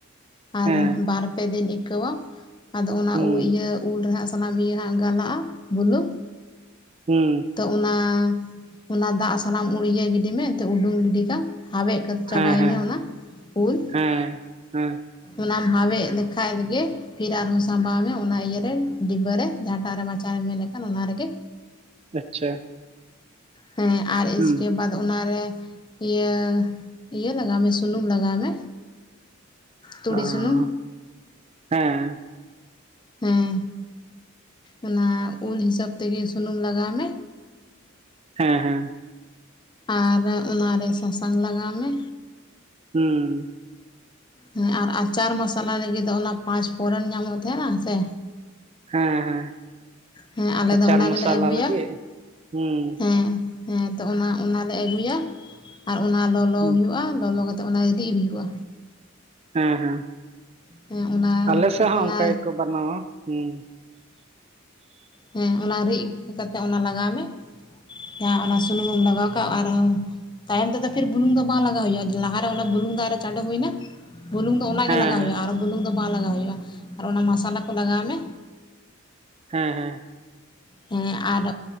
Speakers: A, on the left; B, on the right.
A: ᱟᱨ
B: ᱦᱮᱸ
A: ᱵᱟᱨ ᱯᱮ ᱫᱤᱱ ᱟᱹᱭᱠᱟᱹᱣᱟ ᱟᱫᱚ ᱚᱱᱟ
B: ᱦᱩᱸ
A: ᱤᱭᱟᱹ ᱩᱞ ᱨᱮᱱᱟᱜ ᱥᱟᱱᱟᱢᱤᱭᱟᱹ ᱦᱟᱜ ᱜᱟᱞᱟᱜᱼᱟ ᱵᱩᱞᱩᱝ
B: ᱦᱩᱸ
A: ᱛᱚ ᱚᱱᱟ᱾ ᱚᱱᱟ ᱫᱟᱜ ᱥᱟᱱᱟᱢ ᱩᱲᱤᱭᱟᱹ ᱜᱤᱰᱤ ᱢᱮ ᱩᱰᱩᱝ ᱜᱤᱰᱤ ᱠᱟᱢ ᱦᱟᱣᱮᱫ ᱠᱟᱛᱮ ᱪᱟᱵᱟᱭ
B: ᱦᱮᱸ ᱦᱮᱸ
A: ᱢᱮ ᱚᱱᱟ ᱩᱞ
B: ᱦᱮᱸ ᱦᱮᱸ
A: ᱚᱱᱟᱢ ᱦᱟᱣᱮᱫ ᱞᱮᱠᱷᱟᱡ ᱜᱮ ᱯᱷᱤᱨ ᱟᱨᱦᱚᱸ ᱥᱟᱢᱵᱟᱣ ᱢᱮ ᱚᱱᱟ ᱤᱭᱟᱹᱨᱮ ᱰᱤᱵᱟᱹ ᱨᱮ ᱡᱟᱦᱟᱸᱴᱟᱜ ᱨᱮ ᱟᱪᱟᱨᱮᱢ <unintelligible> ᱠᱷᱟᱱ ᱚᱱᱟ ᱨᱮ ᱜᱮ
B: ᱟᱪᱪᱷᱟ
A: ᱦᱮᱸ ᱟᱨ
B: ᱦᱩᱸ
A: ᱤᱥᱠᱮ ᱵᱟᱫ ᱚᱱᱟᱨᱮ᱾ ᱤᱭᱟᱹ ᱤᱭᱟᱹ ᱞᱟᱜᱟᱣ ᱢᱮ ᱥᱩᱱᱩᱢ ᱞᱟᱜᱟᱣ ᱢᱮ ᱛᱩᱲᱤ
B: ᱚ
A: ᱥᱩᱱᱩᱢ
B: ᱦᱮᱸ
A: ᱦᱮᱸ ᱚᱱᱟ ᱩᱞ ᱦᱤᱥᱟᱹᱵ ᱛᱮᱜᱮ ᱥᱩᱱᱩᱢ ᱞᱟᱜᱟᱣ ᱢᱮ
B: ᱦᱮᱸ ᱦᱮᱸ
A: ᱟᱨ ᱚᱱᱟᱨᱮ ᱥᱟᱥᱟᱝ ᱞᱟᱜᱟᱣ ᱢᱮ᱾
B: ᱦᱮᱸ
A: ᱦᱮᱸ ᱟᱨ ᱟᱪᱟᱨ ᱢᱚᱥᱟᱞᱟ ᱞᱟᱹᱜᱤᱫ ᱚᱱᱟ ᱯᱟᱸᱪ ᱯᱷᱚᱨᱱ ᱧᱟᱢᱚᱜ ᱛᱟᱦᱮᱱᱟ ᱥᱮ᱾
B: ᱦᱮᱸ ᱦᱮᱸ
A: ᱦᱮᱸ ᱟᱞᱮ
B: ᱟᱪᱟᱨ
A: ᱫᱚ ᱚᱱᱟ
B: ᱢᱚᱥᱟᱞᱟ
A: ᱜᱮᱞᱮ ᱟᱹᱜᱩᱭᱟ,
B: ᱞᱟᱹᱜᱤᱫ ᱦᱩᱸ
A: ᱦᱮᱸ ᱦᱮᱸ ᱛᱚ ᱚᱱᱟ ᱚᱱᱟᱞᱮ ᱟᱹᱜᱩᱭᱟ ᱟᱨ ᱚᱱᱟ ᱞᱚᱞᱚ
B: ᱦᱩᱸ,
A: ᱦᱩᱭᱩᱜᱼᱟ ᱞᱚᱞᱚ ᱠᱟᱛᱮ ᱛᱚ ᱚᱱᱟ ᱨᱤᱫ ᱦᱩᱭᱩᱜᱼᱟ᱾
B: ᱦᱮᱸ ᱦᱮᱸ
A: ᱦᱮᱸ ᱚᱱᱟ
B: ᱟᱞᱮ ᱥᱮᱫ ᱦᱚᱸ
A: ᱚᱱᱟ
B: ᱚᱱᱠᱟ ᱜᱮᱠᱚ ᱵᱟᱱᱟᱣᱟ᱾ ᱦᱩᱸ
A: ᱦᱮᱸ ᱚᱱᱟ ᱨᱤᱫ ᱠᱟᱛᱮᱫ ᱚᱱᱟ ᱞᱟᱜᱟᱣ ᱢᱮ᱾ ᱡᱟᱦᱟᱸ ᱚᱱᱟ ᱥᱩᱱᱩᱢ ᱞᱟᱜᱟᱣ ᱠᱟᱜ ᱟᱨᱦᱚᱸ ᱛᱟᱭᱚᱢ ᱛᱮᱫᱚ ᱯᱷᱤᱨ ᱵᱩᱞᱩᱝ ᱫᱚ ᱵᱟᱝ ᱞᱟᱜᱟᱣ ᱦᱩᱭᱩᱜᱼᱟ ᱞᱟᱦᱟᱨᱮ ᱵᱩᱞᱩᱝ ᱫᱚ ᱟᱨᱚ ᱪᱟᱸᱰᱳ ᱦᱩᱭᱱᱟ᱾ ᱵᱩᱞᱩᱝ ᱫᱚ ᱚᱱᱟᱜᱮ
B: ᱦᱮᱸ
A: ᱞᱟᱜᱟᱣ ᱦᱩᱭᱩᱜᱼᱟ ᱟᱨ ᱵᱩᱞᱩᱝ ᱫᱚ ᱵᱟᱝ ᱞᱟᱜᱟᱣ ᱦᱩᱭᱩᱜᱼᱟ ᱟᱨ ᱚᱱᱟ ᱢᱟᱥᱟᱞᱟ ᱠᱚ ᱞᱟᱜᱟᱣ ᱢᱮ᱾
B: ᱦᱮᱸ ᱦᱮᱸ
A: ᱦᱮᱸ ᱟᱨ